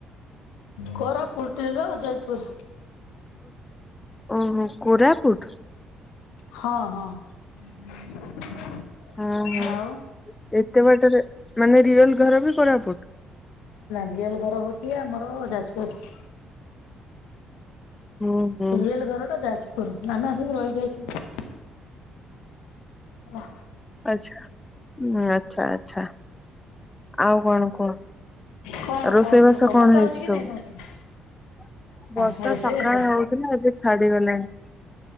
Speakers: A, on the left (about 80°); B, on the left (about 20°).
A: କୋରାପୁଟର ଜୟପୁର।
B: <inaudible> ଓହୋ କୋରାପୁଟ।
A: ହଁ ହଁ। <inaudible>
B: ହଁ ହଁ
A: ଆଉ
B: ଏତେ ବାଟରେ ମାନେ ରିଅଲ ଘର ବି କୋରାପୁଟ?
A: ରିଏଲ ଘର ହଉଛି ଆମର ଯାଜପୁର।
B: ହୁଁ ହୁଁ
A: ରିଏଲ ଘର ଟା ଯାଜ ପୁର ନା ମ ଆସିକି ରହିଯାଇଛୁ। ନା।
B: ଆଚ୍ଛା ହୁଁ ଆଚ୍ଛା ଆଚ୍ଛା। ଆଉ କଣ କୁହ
A: କଣ
B: ରୋଷେଇବାସ
A: କରୁଛ କୁହ
B: କଣ
A: ବର୍ଷା
B: ହେଇଛି
A: ହଉଛି କି
B: ସବୁ
A: ନାଇଁ ତମ ସେଠି
B: <inaudible> ବର୍ଷା
A: ହଁ ରୋଷେଇବାସ
B: ସକାଳ ହଉଥିଲା ଏବେ ଛାଡିଗଲାଣି।